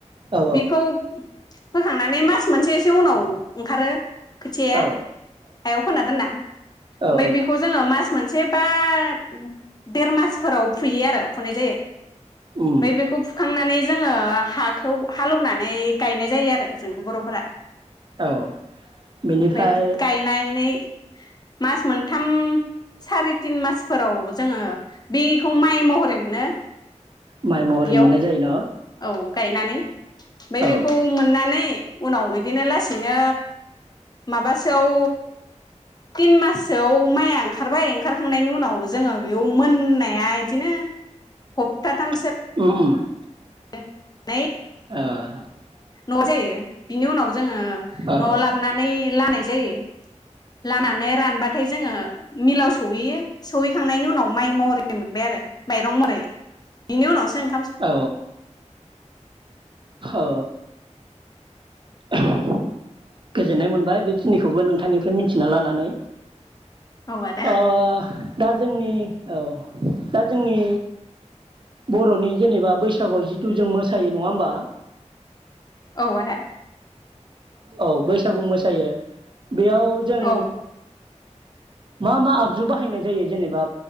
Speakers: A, on the right; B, on the left.
A: औ
B: बेखौ बखान <inaudible> नानै मास मोनसेसो उनाव ओंखारो खोथियाया
A: औ
B: हायाव फोनना दोन ना
A: औ
B: ओमफ्राय बेखौ जोङो मास मोनसे बा देर मासफोराव फुयो आरो फुनाय जायो ओमफ्राय
A: उम
B: बेखौ फुखांनानै जोङो हाखौ हालौवनानै गायनाय जायो आरो जों बर'फोरा
A: औ बेनिफ्राय
B: ओमफ्राय गायनानै <inaudible> थाम सारि तिन मासफोराव जोङो बेखौ माइ महरै मोनो
A: माइ महरै
B: बेयाव
A: मोननाय जायो न'
B: औ गायनानै ओमफ्राय
A: ओ औ
B: बेखौ मोननानै उनाव बिदिनो लासैनो माबासोआव तिन मासोआव माइआ ओंखारबाय ओंखारखांनायनि उनाव जोङो बेयाव मोननाया बिदिनो हप्थाथाम
A: <inaudible>
B: ननाय <inaudible>
A: <inaudible>
B: न' जायो बिनि उनाव जोङो
A: औ
B: न'आव लाबोनानै लानाय जायो लामनानै रानबाथाय जोङो मिलाव सौहैयो सौहैखांनायनि उनाव माइ महरै मोनबाय आरो माइरं महरै इनि उन आसां <inaudible>
A: औ औ <inaudible> गोजोननाय मोनबाय बेखिनिखौबो नोंथांनिफ्राय मिथिना लानानै
B: औ आदा
A: ओ दा जोंनि औ दा जोंनि बरनि जेनेबा बैसागुआव जिथु जों मोसायो नङा होमबा।
B: औ आदा
A: ओ औ बैसागु मोसायो बेयाव जों
B: औ
A: मा मा आगजु बाहायनाय जायो जेनेबा